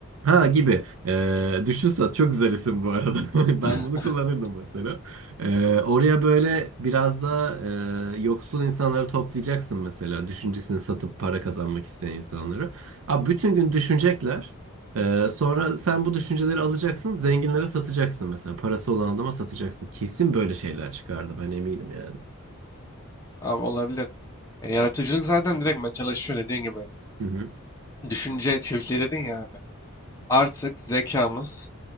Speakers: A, on the right; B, on the left.
A: Ha gibi. Ee, düşün çok güzel isim bu arada. <laughs> Ben
B: <laughs>
A: bunu kullanırdım mesela. Ee, oraya böyle biraz da e, yoksul insanları toplayacaksın mesela. Düşüncesini satıp para kazanmak isteyen insanları. Abi bütün gün düşünecekler. Ee, sonra sen bu düşünceleri alacaksın, zenginlere satacaksın mesela. Parası olan adama satacaksın. Kesin böyle şeyler çıkardı ben eminim yani.
B: Abi olabilir. E, yaratıcılık zaten direkt ben çalışıyor dediğin gibi.
A: Hı hı.
B: Düşünce çiftliği dedin ya abi. Artık zekamız,